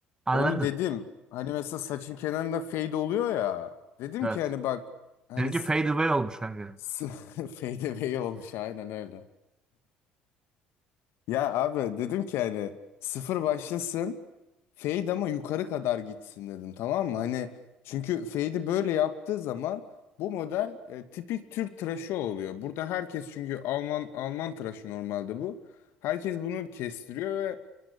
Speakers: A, on the right (about 15°); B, on the left (about 70°).
A: Anladın?
B: onu dedim. Hani mesela saçın kenarında fade oluyor ya. Dedim
A: Evet.
B: ki hani bak Hani
A: Seninki fade away olmuş kanka.
B: FDV <laughs> olmuş aynen öyle. Ya abi dedim ki hani sıfır başlasın fade ama yukarı kadar gitsin dedim tamam mı? Hani çünkü fade'i böyle yaptığı zaman bu model e, tipik Türk tıraşı oluyor. Burada herkes çünkü Alman Alman tıraşı normalde bu. Herkes bunu kestiriyor ve